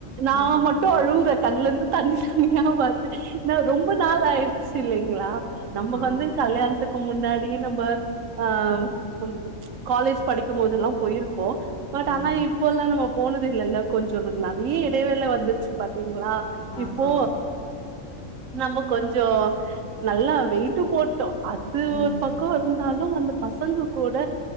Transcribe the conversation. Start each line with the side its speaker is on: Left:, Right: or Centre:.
Right: நா
Left: ம்
Right: மட்டு அழுகுத கண்ணுலருந்து தண்ணி தண்ணியா வர்து நா ரொம்ப நாள் ஆயி சி இல்லைங்களா நம்ம
Left: ஆ
Right: வந்து இதுக்கு முன்னாடி நம்ம ஆஹ் காலேஜ் படிக்கும் போதெல்லாம் போயிருப் போ பட்
Left: ஆமா
Right: ஆனா இப்போல்லாம் நம்ப போனது இல்லல்ல கொஞ்சம் நறைய இடைவேள வந்துருச்சு பாத்தீ ங்களா
Left: ஆமா
Right: இப்போ நம்ம கொஞ்ச நல்லா வெயிட்டு போட்டு அது
Left: ம்
Right: ஒரு பக்கம் இருந்தாலு அந்த பசங்க கூட